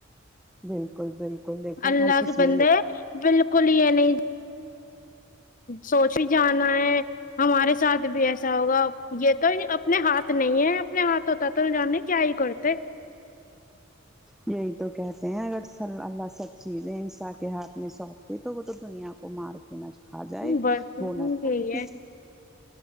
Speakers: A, in the centre; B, on the left.
A: بالکل بالکل دیکھو
B: اللہ
A: ہم اس
B: کے
A: میں
B: بندے بالکل ہی یہ نہیں سوچ بھی جانا ہے ہمارے ساتھ بھی ایسا ہوگا یہ تو اپنے ہاتھ نہیں ہے اپنے ہاتھ ہوتا تو جانے کیا ہی کرتے
A: یہی تو کہتے ہیں اگر سل اللہ سب چیزیں انساں کے ہاتھ میں سونپ دے تو وہ تو دنیا کو مار دے نچ کھا جائے
B: بس یہی
A: وہ نا چھوڑے کسی
B: ہے